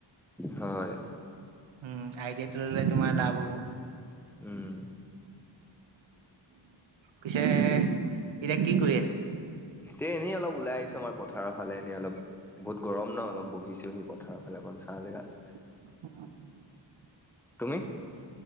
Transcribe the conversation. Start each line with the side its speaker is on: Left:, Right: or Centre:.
Centre: হয়
Right: উম, আই টি আই তো ললে, তোমাৰ লাভ হ'ব।
Centre: উম।
Right: পিছে এতিয়া কি, কৰি আছা?
Centre: তে এনেই অলপ ওলাই আহিছো, আমাৰ পথাৰৰ ফালে এনেই অলপ। বহুত গৰম ন, অলপ বহিছোঁহি পথাৰৰ ফালে অকণ চাহ জেগাত।
Right: <inaudible>
Centre: তুমি?